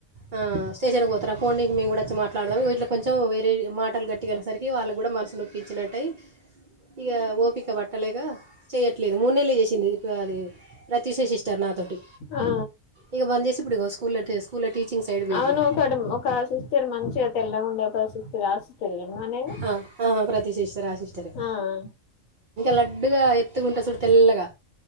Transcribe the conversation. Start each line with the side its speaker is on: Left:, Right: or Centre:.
Right: ఆ స్టేషన్కి పోతారా పోండి మేము కూడా వచ్చి మాట్లాడదాం. వీటిలో కొంచెం వేరే మాటలు గట్టిగా అనేసరికి వాళ్ళు కూడా మనాస్సు నోప్పించ్చినట్టై ఇగా ఓపిక పట్టలేక చెయ్యట్లేదు మూడు నెలలు చేసింది ఇప్పుడు అది రతిశేషిస్టర్ నా తోటి
Left: ఆ
Right: ఇగా బంద్ చేసి ఇప్పుడు స్కూల్ లా టీ టీచింగ్ సైడ్ పోయింది
Left: అవును ఒకటి ఒక సిస్టర్ మంచిగా తెల్లగాండే ఒక సిస్ర్ ఆ సిస్టరేనా నువ్వు అనేది
Right: ఆ ఆ ప్రతిశిష్టర్ ఆ శిష్టరే
Left: ఆ ఆ
Right: లడ్డుగా ఎత్తుగా ఉంటది చుడు తెల్లగా